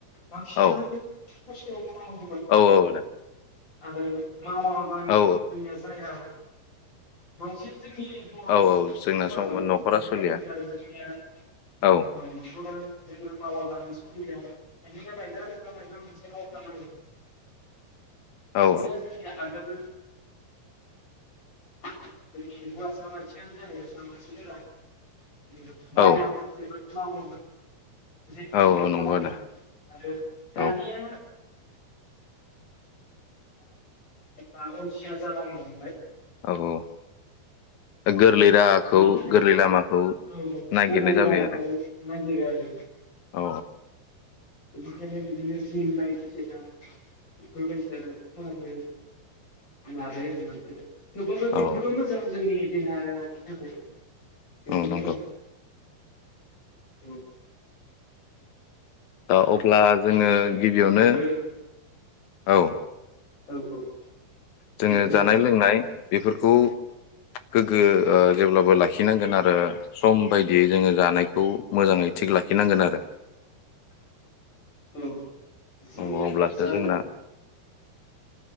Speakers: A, on the left (about 25°); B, on the left (about 65°).
A: बांसिन
B: औ
A: आनो खस्थ मावोमोन
B: औ औ आदा
A: आरो मावाबा
B: औ
A: जोंनिया जाया आरो <inaudible> जोंनि बर
B: औ औ जोंना
A: समाजाव
B: सम न'खरा
A: बेफोरबायदिनो
B: सोलिया
A: आरो जोंनिया ओ
B: औ
A: नखराव जोङो मावाबानो सोलिया आरो बा मायबा मोनसे मावबा मायो। बिदिनो
B: औ
A: जोंनिआ आगोल <unintelligible> <inaudible> मावोमोन
B: औ औ
A: जेरैथिंबो
B: औ औ नंगौ
A: मावोमोन
B: आदा
A: आरो दानिया
B: औ
A: <inaudible> अलसिया जालांनो हमबाय
B: औ औ गोरलै राहाखौ
A: बेनि थाखायनो
B: गोरलै लामाखौ
A: औ
B: नागिरनाय
A: गोरलै
B: जाबाय
A: राहाखौ
B: आरो
A: नागिरो आरो
B: औ
A: बिनिखायनो बिदिनो जिम बायदिसिना बेफोरबायसा खालामनो लाबाय आरो मानसिया थेवबाबो बेफोरबो
B: औ
A: मोजां जोंनि <inaudible> बेफोरबो
B: औ नंगौ
A: मोजां औ
B: दा अब्ला जोङो गिबियावनो
A: आरो
B: औ
A: औ औ
B: जोङो
A: दे बुंजागोन
B: जानाय लोंनाय बेफोरखौ गोग्गो ओ जेब्लाबो लाखिनांगोन आरो सम बायदियै जोङो जानायखौ मोजाङै थिग लाखिनांगोन आरो
A: औ जोंनिया
B: औ अब्लासो
A: <inaudible> <inaudible>
B: जोंना